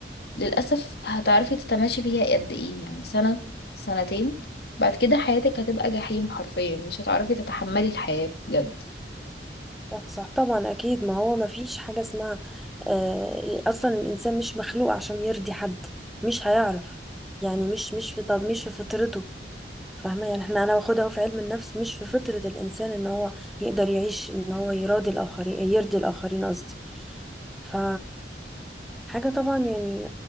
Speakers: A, on the left (about 65°); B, in the centre.
A: للأسف هتعرفي تتماشي فيها قد ايه يعني سنة سنتين بعد كده حياتك هتبقى جحيم حرفيا مش هتعرفي تتحملي الحياة بجد
B: صح صح. طبعا أكيد ما هو ما فيش حاجة اسمها آه أصلا الإنسان مش مخلوق عشان يرضي حد مش هيعرف يعني مش مش في طب مش في فطرته فاهمة يعني احنا انا باخدها في علم النفس مش في فطرة الانسان ان هو يقدر يعيش ان هو يراضي الاخرين يرضي الاخرين قصدي ف حاجة طبعا يعني